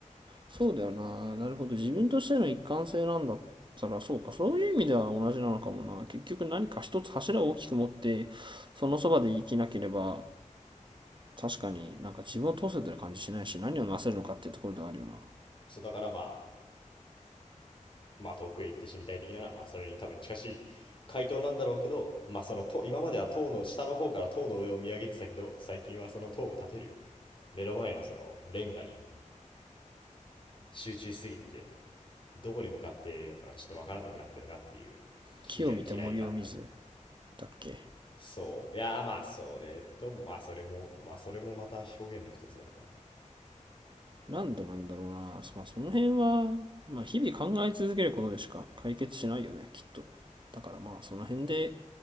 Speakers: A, on the right (about 35°); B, on the left (about 40°).
A: そうだよな。なるほど。自分としての一貫性なんだったら、そうか。そういう意味では同じなのかもな。結局何か一つ柱を大きく持って、そのそばで生きなければ、確かになんか自分を通せてる感じしないし、何をなせるのかっていうところではあるよな。
B: そうだからまあ、まあ遠くへ行って死にたい的なのは、まあそれに多分近しい回答なんだろうけど、まあその塔、今までは塔の下の方から塔の上を見上げてたけど、最近はその塔を立てる目の前のそのレンガに集中しすぎてて、どこに向かっているのかがちょっとわからなくなってるなっていう気が嫌いがあるね。
A: 木を見て森を見ず、だっけ。
B: そう。いやまあそれと、まあそれも、まあそれもまた表現の一つなのかな。
A: なんでなんだろうな。まあその辺は、まあ日々考え続けることでしか解決しないよね、きっと。だからまあその辺で